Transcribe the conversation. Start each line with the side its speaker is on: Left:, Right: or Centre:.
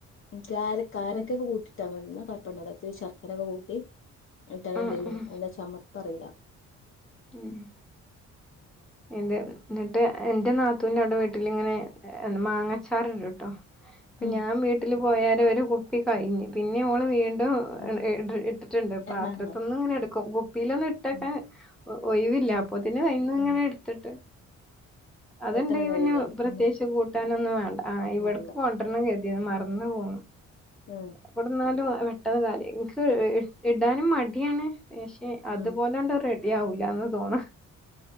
Left: അഞ്ചാറു കാരക്കെ
Centre: ഉം
Left: ക്കെ കൂട്ടിട്ടാ മതി എന്നാ കൊഴപ്പം ഉണ്ടാവുല്ല മധുരൊക്കെ കൂട്ടി എന്നിട്ട് അത് എന്ത്‌
Centre: ഉം
Left: ചെയ്യും
Centre: ഉം
Left: അതിന്റെ ചമർപ്പ് അറില.
Centre: ഉം ഇത് എന്നിട്ട് എന്റെ നാത്തൂന്റെ അവിടെ വീട്ടിലിങ്ങനെ മാങ്ങച്ചാറുണ്ട് ട്ടോ അപ്പൊ
Left: ഉം
Centre: ഞാൻ വീട്ടില് പോയാൽ ഒരു കുപ്പി കഴിഞ്ഞു പിന്നെ ഓൾ വീ <unintelligible>
Left: ഉം
Centre: ഇട്ടിട്ടുണ്ട് പാത്രത്തൊന്നും
Left: ആഹ് ആഹ്
Centre: ഇങ്ങനെ എടുക്കും കുപ്പിയിലൊന്നും ഇട്ടക്കാൻ
Left: ഉം
Centre: ഒഴിവില്ല
Left: ആ
Centre: അപ്പൊ അയിന്ന്ങ്ങനെ
Left: ഉം
Centre: എടുത്തിട്ട് അത്ണ്ടേ
Left: പെട്ടെന്ന് കഴിയില്ലേ
Centre: പിന്നെ പ്രത്യേകിച്ച്
Left: ഉം
Centre: കൂട്ടാനൊന്നും വേണ്ട ആ ഇവട്ക്ക്
Left: ആല്ല
Centre: കൊണ്ടരണം ക മറന്ന് പോന്നു
Left: ഉം
Centre: ഇവ്ടെ നിന്നാലും പെട്ടെന്ന് കാല് എനിക്ക് ഇടാനും മടിയാണ് പക്ഷെ അതുപോലെണ്ട
Left: ഉം
Centre: റെഡി <unintelligible> ആവില്ലാന്ന തോന്ന